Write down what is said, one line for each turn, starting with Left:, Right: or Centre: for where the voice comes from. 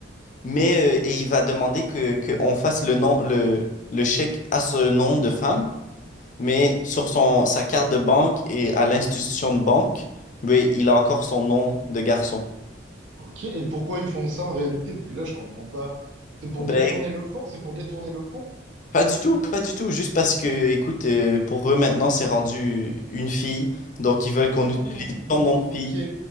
Left: mais euh, et il va demander que, qu'on fasse le nom, le, le chèque à ce nom de femme, mais sur son, sa carte de banque et à l'institution de banque, ben, il a encore son nom de garçon.
Right: ok. Et pourquoi ils font ça en réalité? Parce que là, je comprends pas. C'est pour
Left: Ben,
Right: détourner le fond? C'est pour détourner le fond?
Left: pas du tout, pas du tout, juste parce que, écoute, euh, pour eux maintenant, c'est rendu une fille, donc ils veulent
Right: Ah,
Left: qu'on utilise son nom de
Right: ok.
Left: fille.